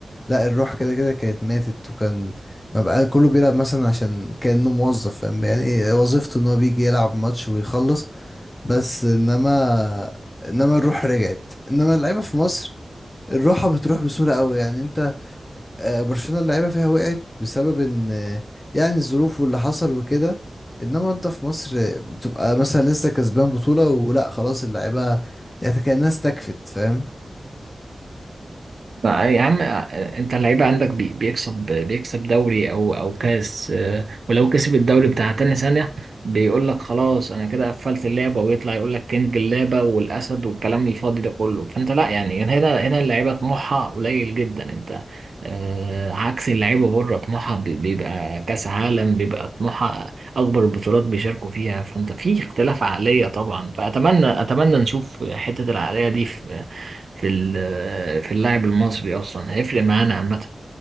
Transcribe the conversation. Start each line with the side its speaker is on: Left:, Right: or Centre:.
Left: لا الروح كده كده كانت ماتت وكان ما بقى كله بيلعب مثلا عشان كأنه موظف فاهم يعني إيه وظيفته ان هو بيجي يلعب ماتش ويخلص بس انما انما الروح رجعت انما اللعيبة في مصر الروحة بتروح بسهولة قوي يعني انت آه، برشلونة اللعيبة فيها وقعت بسبب ان آه، يعني الظروف واللي حصل وكده انما انت في مصر آه، بتبقى مثلا لسه كسبان بطولة ولا خلاص اللعيبة يعني كأنها استكفت فاهم
Right: ما- يا عم انت اللعيبه عندك بي- بيكسب بيكسب دوري او او كاس آه، ولو كسب الدوري بتاع تاني سنه بيقول لك خلاص انا كده قفلت اللعبه ويطلع يقول لك كينج اللعبه والاسد والكلام الفاضي ده كله فانت لا يعني هنا هنا اللعيبه طموحها قليل جدا انت آه، عكس اللعيبه بره طموحها بي- بيبقى كاس عالم بيبقى طموحها اكبر البطولات بيشاركوا فيها فانت في اختلاف عقليه طبعا فاتمنى اتمنى نشوف حته العقليه دي في ال- في اللاعب المصري اصلا هيفرق معانا عامه